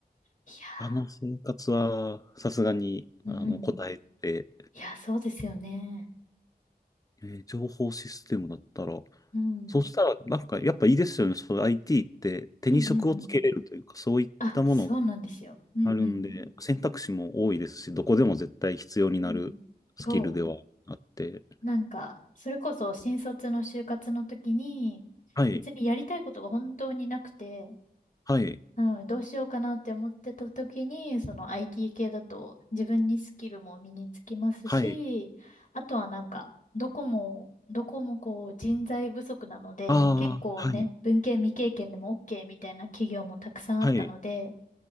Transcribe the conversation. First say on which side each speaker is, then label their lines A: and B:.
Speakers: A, on the left (about 50°); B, on the left (about 20°).
A: いや
B: あの生活はさすがに、
A: ー、
B: あの、
A: うん。
B: 答えて、
A: いや、そうですよね。
B: えー情報システムだったら、
A: うん。
B: そしたら、なんか、やっぱいいですよね。そう、IT って手に職をつけれるというか、
A: うんうんうん。
B: そういったものが
A: あ、そうなんですよ。うんうん
B: あるんで、選択肢も多いですし、どこでも絶対必要になるスキルではあって。
A: うん。うん。そう。なんか、それこそ新卒の就活の時に、
B: はい、
A: 別にやりたいことが本当になくて、
B: はい、
A: うん、どうしようかなって思ってた時に、その IT 系だと自分にスキルも身につきますし、
B: はい。
A: あとはなんか、どこも、どこもこう人材不足なので、
B: あ
A: 結構ね、
B: あ、はい、
A: 文系未経験でも OK みたいな企業もたくさんあったので、
B: はい。